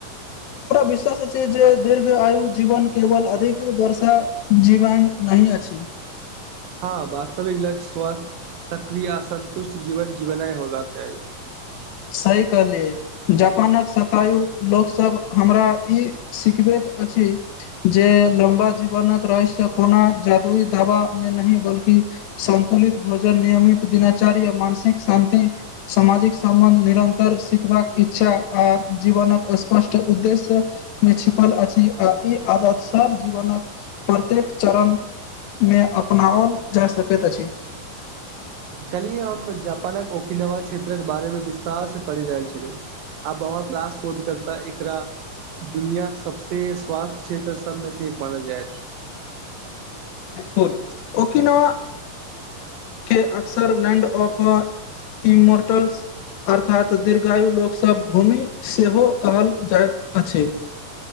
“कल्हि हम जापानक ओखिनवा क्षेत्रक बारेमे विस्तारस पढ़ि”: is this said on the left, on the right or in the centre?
Right